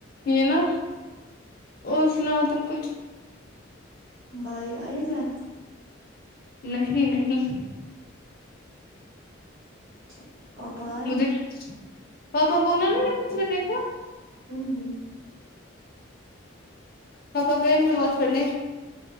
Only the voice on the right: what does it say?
بھائی آئے گھر
اچھا پاپا آیا
ہوں ہوں